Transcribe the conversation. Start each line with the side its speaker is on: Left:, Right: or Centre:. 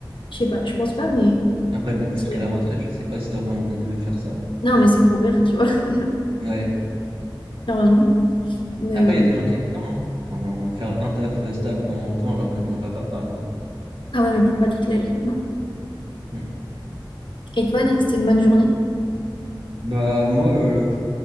Left: Je sais pas, je pense pas, mais
Right: Après, bon, jusqu'à
Left: c'est-
Right: la retraite, je sais pas si t'aurais envie de faire ça.
Left: non, mais c'est pour rire, tu vois, <laughs>
Right: Ouais.
Left: heureusement. Mais,
Right: Après,
Left: euh,
Right: il y a des
Left: ouais.
Right: gens qui aiment bien, hein. Enfin, faire un taf euh, stable pendant longtemps, genre comme ton papa, par exemple.
Left: Ah ouais, mais pas pas toute la vie, non.
Right: Hmm.
Left: Et toi, Dan, c'était une bonne journée?
Right: Bah, moi, euh,